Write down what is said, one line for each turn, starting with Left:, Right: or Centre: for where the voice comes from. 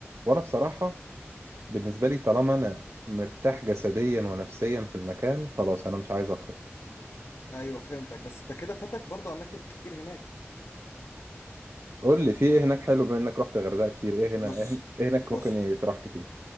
Right: وانا بصراحه بالنسبه لي طالما انا مرتاح جسديا ونفسيا في المكان خلاص انا مش عايز اخرج
Left: ايوه فهمتك بس انت كده فاتك برضو اماكن كتير هناك
Right: قول
Left: يعني
Right: لي في
Left: انا
Right: ايه هناك حلو بما انك رحت غردقه كتير ايه هنا
Left: بص
Right: ايه هن- إيه هناك
Left: بص
Right: ممكن يتراح كتير